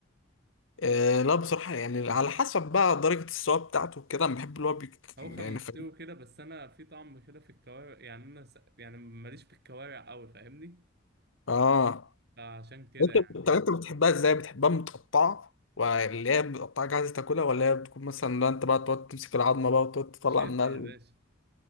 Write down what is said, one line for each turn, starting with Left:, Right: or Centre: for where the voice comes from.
Left: آه لا بصراحة يعني على حسب بقى درجة السوا بتاعته كده انا بحب اللي هو بيك...
Right: هو
Left: يعني
Right: كان مستوي
Left: فاهم
Right: كده بس انا في طعم كده في الكوارع يعني انا س... يعني ماليش في الكوارع قوي فاهمني
Left: اه
Right: عشان كده
Left: انت
Right: يعني
Left: الطريقة اللي بتحبها ازاي بتحبها متقطعة واللي هي متقطعة جاهزة تاكلها ولا هي بتكون مثلا لا انت بقى تقعد تمسك العظمة بقى وتقعد تطلع
Right: شد
Left: منها
Right: يا
Left: ال-
Right: باشا